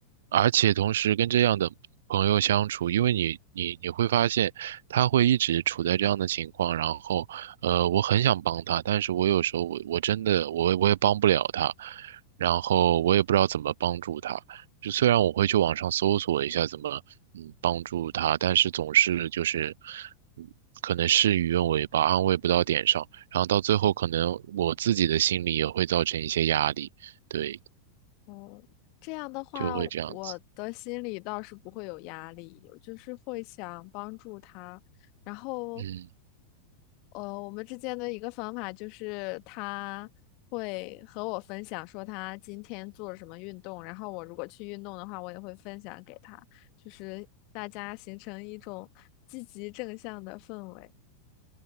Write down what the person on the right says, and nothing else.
而且同时跟这样的朋友相处，因为你你你会发现他会一直处在这样的情况，然后呃，我很想帮他，但是我有时候我我真的我我也帮不了他，然后我也不知道怎么帮助他。就虽然我会去网上搜索一下怎么嗯帮助他，但是总是就是嗯可能事与愿违吧，安慰不到点上，然后到最后可能我自己的心里也会造成一些压力，对，
就会这样子。
嗯，